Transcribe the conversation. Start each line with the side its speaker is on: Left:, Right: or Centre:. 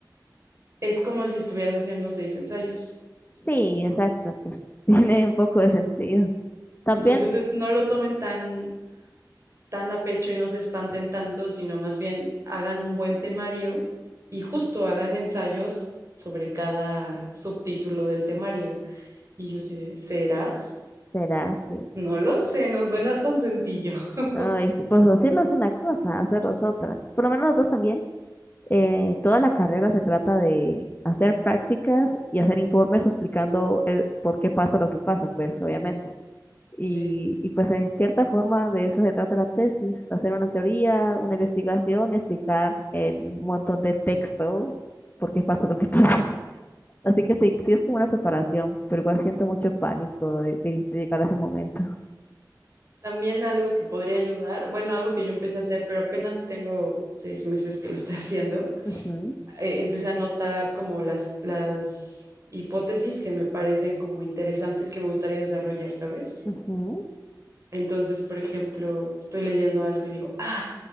Right: Es como si estuvieras haciendo 6 ensayos.
Left: Sí, exacto, pues <laughs> tiene un poco de sentido. También
Right: Dice, entonces no lo tomen tan tan a pecho y no se espanten tanto, sino más bien hagan un buen temario y justo hagan ensayos sobre cada subtítulo del temario. Y yo diré, ¿será?
Left: será así.
Right: No lo sé, no suena tan sencillo. <laughs>
Left: Ay, sí, pues decirlo es una cosa, hacerlo es otra. Por lo menos nosotros también. Eh, toda la carrera se trata de hacer prácticas y hacer informes explicando eh, por qué pasa lo que pasa, pues obviamente. Y,
Right: Sí.
Left: y pues en cierta forma de eso se trata la tesis, hacer una teoría, una investigación y explicar en un montón de texto por qué pasa lo que pasa. <laughs> Así que sí, sí es como una preparación, pero igual siento mucho pánico de, de- de llegar a ese momento.
Right: También algo que podría ayudar, bueno, algo que yo empecé a hacer, pero apenas tengo seis meses que lo estoy haciendo,
Left: Ujú,
Right: eh, empecé a notar como las, las hipótesis que me parecen como interesantes que me gustaría desarrollar, ¿sabes?
Left: ujú.
Right: Entonces, por ejemplo, estoy leyendo algo y digo, ah,